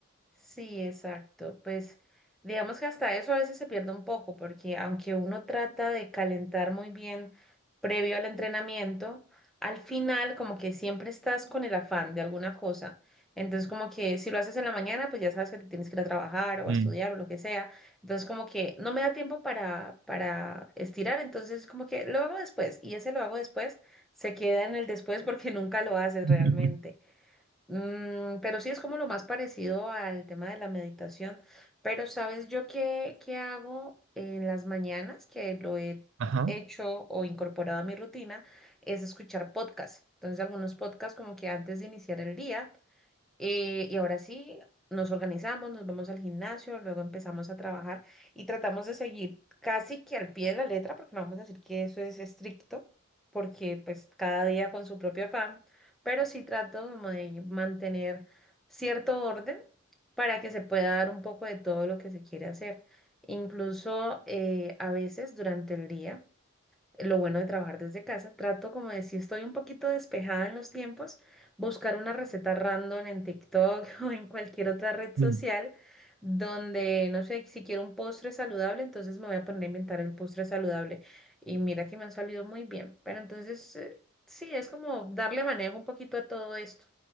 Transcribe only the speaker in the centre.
Sí, exacto. Pues digamos que hasta eso a veces se pierde un poco, porque aunque uno trata de calentar muy bien previo al entrenamiento, al final como que siempre estás con el afán de alguna cosa. Entonces como que si lo haces en la mañana, pues ya sabes que te tienes que ir a trabajar o
a estudiar o lo que sea. Entonces como que no me da tiempo para, para estirar, entonces como que lo hago después y ese lo hago después se queda en el después porque <laughs> nunca lo haces
realmente. Mm, pero sí es como lo más parecido al tema de la meditación. Pero ¿sabes yo qué, qué hago en las mañanas? Que lo he
hecho o incorporado a mi rutina, es escuchar podcasts. Entonces algunos podcasts como que antes de iniciar el día. Eh, y ahora sí, nos organizamos, nos vamos al gimnasio, luego empezamos a trabajar y tratamos de seguir casi que al pie de la letra, porque no vamos a decir que eso es estricto, porque pues cada día con su propio afán, pero sí trato como de mantener cierto orden para que se pueda dar un poco de todo lo que se quiere hacer. Incluso eh, a veces durante el día lo bueno de trabajar desde casa, trato como de si estoy un poquito despejada en los tiempos, buscar una receta random en TikTok <laughs> o en cualquier otra red social
donde, no sé, si quiero un postre saludable, entonces me voy a poner a inventar el postre saludable. Y mira que me han salido muy bien. Pero entonces, eh, sí, es como darle manejo un poquito a todo esto.